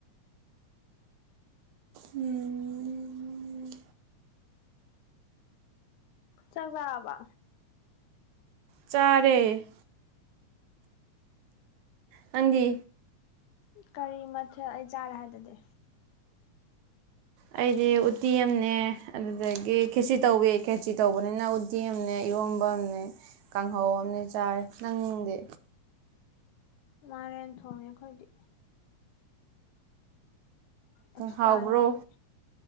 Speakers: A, on the right; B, on the left.
A: ꯎꯝ
B: ꯆꯥꯛ ꯆꯥꯔꯕꯣ
A: ꯆꯥꯔꯦ ꯅꯪꯗꯤ
B: ꯀꯔꯤ ꯃꯊꯦꯜ ꯑꯩ ꯆꯥꯔꯦ ꯍꯥꯏꯗꯨꯗꯤ
A: ꯑꯩꯗꯤ ꯎꯠꯇꯤ ꯑꯝꯅꯦ ꯑꯗꯨꯗꯒꯤ ꯈꯦꯆꯤ ꯇꯧꯋꯦ ꯈꯦꯆꯤ ꯇꯧꯕꯅꯤꯅ ꯎꯠꯇꯤ ꯑꯝꯅꯦ ꯏꯔꯣꯝꯕꯝꯅꯦ ꯀꯥꯡꯍꯧ ꯑꯝꯅꯦ ꯆꯥꯔꯦ ꯅꯪꯗꯤ
B: ꯃꯥꯏꯔꯦꯟ ꯊꯣꯡꯉꯦ ꯑꯈꯣꯏꯗꯤ ꯑꯦꯛꯁꯇ꯭ꯔꯥ
A: ꯍꯥꯎꯕ꯭ꯔꯣ
B: ꯌꯥꯎꯗꯦ